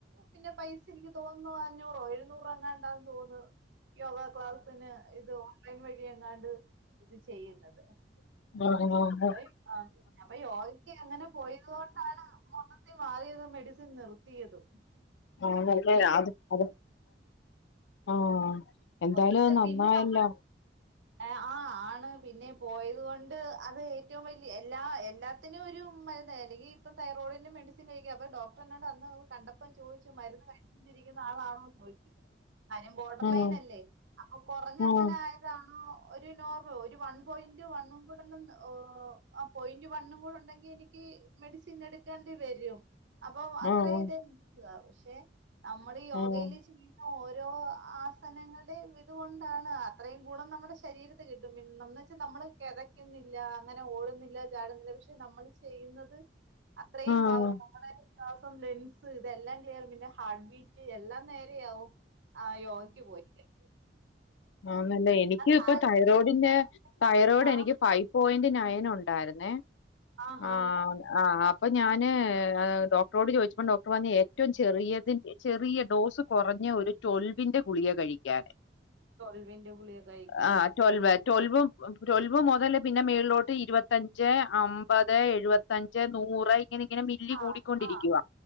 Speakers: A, on the right; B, on the left.
A: പിന്നെ പൈസ എനിക്ക് തോന്നുന്നു അഞ്ഞൂറോ എഴുന്നൂറോ അങ്ങാണ്ടാന്ന് തോന്ന് യോഗ ക്ലാസ്സിന് ഇത് ഓൺലൈൻ വഴി എങ്ങാണ്ട് ഇത് ചെയ്യ്ന്നത്
B: ആഹ് ആഹ് ആഹ് ആഹ്
A: ഒയ് അ അപ്പ യോഗക്ക് അങ്ങനെ പോയതു കൊണ്ടാണ് ഇത്തി മാറിയതും മെഡിസിൻ നിർത്തിയതും
B: ആ
A: പിന്നെ
B: അതല്ല അത് അത് ആ ആഹ് എന്തായാലും
A: ഒര്ത്തൻ
B: അത് നന്നായല്ലോ
A: പിന്ന നമ്മള ഏ ആ ആണ് പിന്നെ പോയത് കൊണ്ട് അത് ഏറ്റവും വലിയ എല്ലാ എല്ലാത്തിനും ഒരു മര്ന്ന് അല്ലെങ്കി ഇപ്പ തൈറോ ഓള്ന് മെഡിസിൻ കഴിക്കാ അപ്പ ഡോക്ടറ് എന്നോട് അന്ന കണ്ടപ്പം ചോദിച്ചു മരുന്ന് കഴിച്ച്ണ്ടിരിക്കുന്ന ആളാണോന്ന് ചോദിച്ച് കാര്യം ബോഡർ
B: ആഹ്
A: ലൈൻ അല്ലേ അപ്പ കൊറഞ്ഞ്
B: ആഹ്
A: അങ്ങനെ ആയതാണോ ഒരു നോർ ഒരു വൺ പോയിന്റ് വണ്ണും കൂടെ ഒണ്ടന്ന് ഓ അ പോയിന്റ് വണ്ണും കൂട ഒണ്ടങ്കി എനിക്ക് മെഡിസിൻ എടുക്കേണ്ടി വരും അപ്പൊ അത്രേ
B: ആഹ്
A: ഇതേ <unintelligible> പക്ഷെ നമ്മള് യോഗേല്
B: ആഹ്
A: ചെയ്യുന്ന ഓരോ ആസനങ്ങള്‌ടേം ഇതുകൊണ്ട് ണ്ടാണ് അത്രയും ഗുണം നമ്മടെ ശരീരത്തി കിട്ടും പിന്നെന്ന് വെച്ചാ നമ്മള് കെതക്കുന്നില്ലാ അ അങ്ങനെ ഓടുന്നില്ല ചാടുന്നില്ല പക്ഷെ നമ്മള് ചെയ്യുന്നത് അത്രയും
B: ആഹ്
A: പവറാ നമ്മടെ ശ്വാസം ലെൻസ് ഇതെല്ലാം ക്ലിയർ പിന്നെ ഹാർട്ട് ബീറ്റ് എല്ലാം നേരയാവും ആഹ് യോഗക്ക് പോയി ല്ലേ
B: ആന്നല്ല എനിക്ക്
A: താല്പര്യം
B: ഇപ്പ തൈറോയ്ഡിന്റെ
A: ഉണ്ട്
B: തൈറോയ്ഡ്
A: ആ
B: എനിക്ക് ഫൈ പോയിന്റ് നയൻ ഉണ്ടായിരുന്നെ
A: ആഹാ
B: ആഹ് ആഹ്. അപ്പൾ ഞാന് ഡോക്ടറോട് ചോദിച്ചപ്പോൾ ഡോക്ടർ വഞ്ഞ ഏറ്റവും ചെറിയതി ചെറിയ ഡോസ് കുറഞ്ഞ ഒരു ടൊൽവിന്റെ ഗുളിക കഴിക്കാന്.
A: ട്വൽവിന്റെ ഗുളിക കഴിക്കാൻ
B: ആ ടൊൽവ് ടൽവും ടൊൽവ് മുതല പിന്നെ മേളിലോട്ട് ഇരുപത്തഞ്ച് അമ്പത് എഴുപത്തഞ്ച് നൂറ് ഇങ്ങനെ മില്ലി
A: ആ
B: കൂടിക്കൊണ്ടിരിക്കുവ
A: ആ